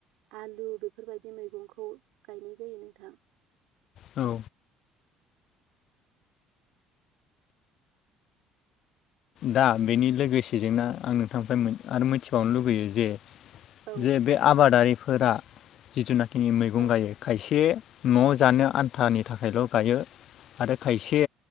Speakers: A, on the right; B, on the left.
A: आलु बेफोरबायदि मैगंखौ गायनाय जायो नोंथां
B: औ दा बेनि लोगोसेजों ना आं नोंथांनिफ्राय आरो मिथिबावनो लुगैयो जे
A: औ
B: जे बे आबादारि फोरा जिथुनाखि बिनि मैगं
A: औ
B: गायो खायसे खायसे नआव जानो आन्थानि थाखायल गायो आरो खायसे